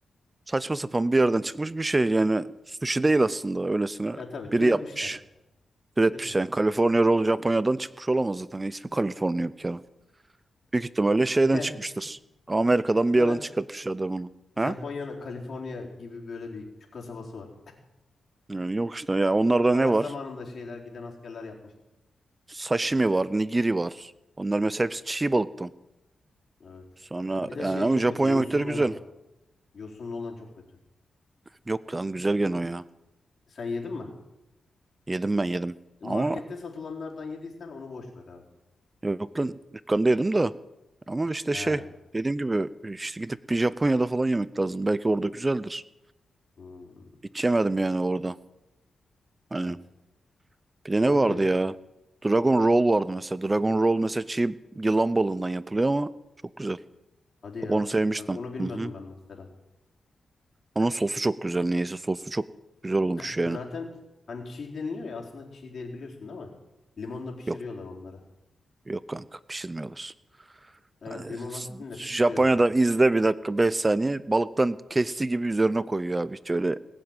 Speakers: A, on the right; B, on the left.
A: saçma sapan bir yerden çıkmış bir şey yani. Sushi değil aslında öylesine
B: Ya tabii türetmişler.
A: biri yapmış. Üretmiş
B: Türetmişler.
A: yani. California Roll Japonya'dan çıkmış olamaz zaten. Yani İsmi California bir kere. Büyük ihtimalle şeyden
B: <laughs>
A: çıkmıştır. Amerika'dan bir
B: Yani
A: yerden çıkartmış adam onu.
B: Japonya'nın
A: Ha?
B: Kaliforniya gibi böyle bir küçük kasabası var.
A: Yani yok işte ya onlarda
B: Savaş
A: ne var?
B: zamanında şeyler giden askerler yapmış.
A: Sashimi var, nigiri var. Onlar mesela hepsi çiğ balıktan.
B: Evet.
A: Sonra
B: Bir de
A: yani
B: şey
A: ama
B: çok
A: Japon
B: kötü. Yosunlu
A: yemekleri güzel.
B: olan. Yosunlu olan çok kötü.
A: Yok lan güzel gene o ya.
B: Sen yedin mi?
A: Yedim ben yedim.
B: E,
A: Ama
B: Markette satılanlardan yediysen onu boş ver abi.
A: yok lan dükkanda yedim de. Ama işte
B: He.
A: şey dediğim gibi işte gidip bir Japonya'da falan yemek lazım. Belki orada güzeldir.
B: Hmm,
A: Hiç yemedim yani orada. Hani
B: evet.
A: Bir de
B: Doğru
A: ne vardı
B: diyorsun.
A: ya? Dragon Roll vardı mesela. Dragon Roll mesela çiğ yılan balığından yapılıyor ama çok güzel.
B: Hadi
A: Bak
B: ya.
A: Onu sevmiştim.
B: Bak onu bilmiyordum
A: Hı hı.
B: ben mesela.
A: Onun sosu çok güzel. Niyeyse sosu çok güzel olmuş
B: Zaten
A: yani.
B: hani çiğ deniliyor ya aslında çiğ değil biliyorsun değil mi? Limonla pişiriyorlar
A: Yok
B: onları.
A: yok kanka pişirmiyorlar.
B: Evet
A: Ee,
B: limon asitini de
A: Japonya'da
B: pişiriyor onları.
A: izle bir dakika 5 saniye. Balıktan kestiği gibi üzerine koyuyor abi. Hiç öyle